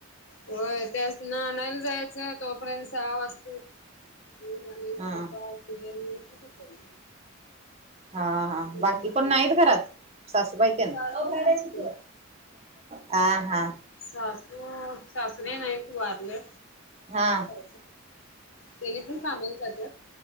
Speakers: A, on the left (about 65°); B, on the right (about 30°).
A: होय त्यात नानायला जायचं तोपर्यंत सहा वाजते होय
B: ह
A: पाय क
B: हा हा
A: हम्म
B: बाकी कोण नाहीत घरात सासूबाईत ना
A: सासू आहेत की.
B: हा हा
A: सासू सासने नाही त वारले
B: हा
A: हो त्यानी पण साांमाल जात